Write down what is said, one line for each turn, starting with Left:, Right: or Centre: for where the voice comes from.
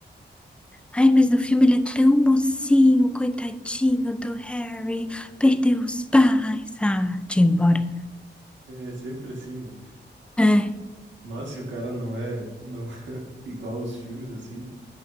Centre: Ai, mas no filme ele é tão mocinho, coitadinho do Harry, perdeu os pais. Ah, tinha ido embora.
Right: É sempre assim, né?
Centre: É.
Right: Mas se o cara não é, não <laughs> igual os filmes assim,